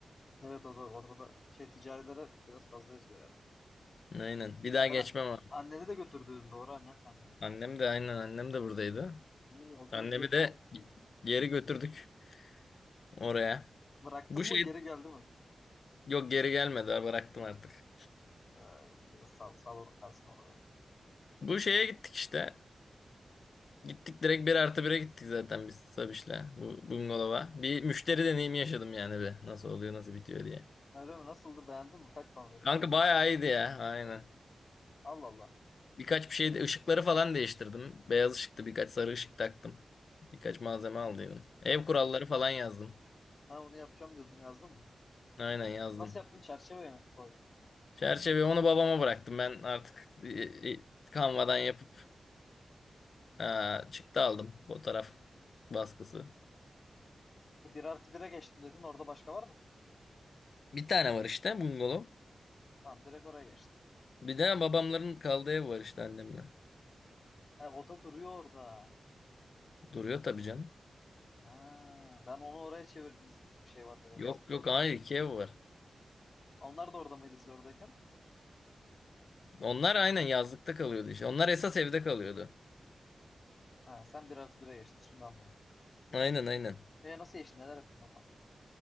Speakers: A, on the left (about 50°); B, on the left (about 65°).
A: evet o da orada da şey ticarilere biraz fazla yazıyor herhalde.
B: Aynen. Bir daha geçmem
A: Sen
B: abi.
A: anneni de götürdün doğru annen sendeydi.
B: Annem de aynen annem de buradaydı.
A: İyi yolculuk
B: Annemi
A: keyifli.
B: de
A: olmuş.
B: geri götürdük oraya.
A: Bıraktın
B: Bu
A: mı
B: şey
A: geri geldi mi?
B: yok geri gelmedi abi, bıraktım artık.
A: Ha, iyi, biraz sağ, sağ olun kalsın orada.
B: Bu şeye gittik işte. Gittik direkt bir artı bire gittik zaten biz Sabiş'le bu bungalova. Bir müşteri deneyimi yaşadım yani bir. Nasıl oluyor nasıl bitiyor diye.
A: Meryem nasıldı beğendin mi? Kaç puan
B: Kanka bayağı iyiydi ya aynen.
A: Allah Allah.
B: Birkaç bir şey ışıkları falan değiştirdim. Beyaz ışıktı birkaç sarı ışık taktım. Birkaç malzeme aldıydım. Ev
A: Abi,
B: kuralları falan yazdım.
A: ha onu yapacağım diyordun yazdın mı?
B: Aynen yazdım.
A: Nasıl yaptın? Çerçeveye mi koydun?
B: Çerçeve onu babama bıraktım. Ben artık e, e, Canva'dan yapıp
A: Hmm.
B: e, çıktı aldım. Fotoğraf baskısı.
A: E, 1 artı bire geçtim dedin. Orada başka var mı? ki?
B: Bir tane var işte bungalov.
A: Tamam direkt oraya geçtim.
B: Bir de babamların kaldığı ev var işte annemle.
A: He, o da duruyor orada.
B: Duruyor tabii canım.
A: Ha, ben onu oraya çevirdiniz gibi bir şey vardı benim
B: Yok
A: zihnimde.
B: yok hayır iki ev var.
A: Onlar da orada mıydı siz oradayken?
B: Onlar aynen yazlıkta kalıyordu işte. Onlar esas evde kalıyordu.
A: Ha, sen bir artı bire geçtin. Şimdi anladım.
B: Aynen aynen.
A: Ve nasıl geçtin? Neler yaptın bakalım.